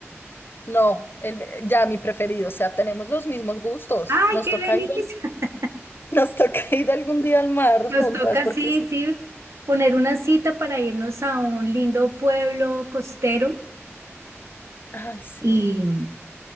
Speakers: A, on the left (about 45°); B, on the right (about 75°).
A: no, el- ya mi preferido. O sea, tenemos los mismos gustos.
B: ¡Ay,
A: Nos
B: qué
A: toca
B: delicia!
A: ir, <laughs> nos toca ir algún día al mar
B: <laughs> Nos
A: juntas,
B: toca,
A: porque
B: sí,
A: sí.
B: sí, poner una cita para irnos a un lindo pueblo costero
A: Ay, sí.
B: y,